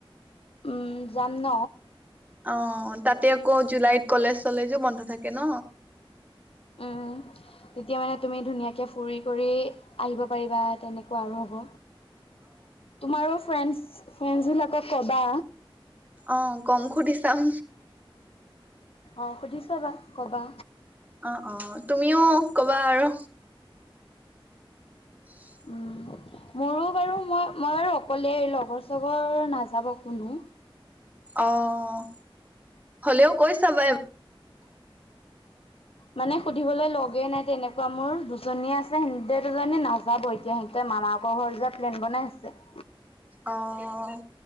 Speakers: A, on the left; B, on the right.
A: উম যাম ন?
B: অ' তাতে আকৌ জুলাইত কলেজ-চলেজো বন্ধ থাকে ন!
A: উম। তেতিয়া মানে তুমি ধুনীয়াকৈ ফুৰি কৰি আহিব পাৰিবা, তেনেকুৱা আৰু হ'ব। তোমাৰো ফ্ৰেণ্ডচ -ফ্ৰেণ্ডচবিলাকক ক'বা।
B: অ' কম। সুধি চাম।
A: অ' সুধি চাবা, ক'বা।
B: অ অ তুমিও ক'বা আৰু! <inaudible>
A: উম, মোৰো বাৰু মই-মই বাৰু অকলে, লগৰ-চগৰ নাযাব কোনো!
B: অ' <inaudible> হলেও কৈ চাবা <unintelligible>
A: মানে সুধিবলৈ লগেই নাই তেনেকুৱা মোৰ দুজনীয়ে আছে সতে দুজনী নাযাব এতিয়া <unintelligible> মামাকৰ ঘৰ যোৱা প্লেন বনাই আছে <inaudible>
B: অ'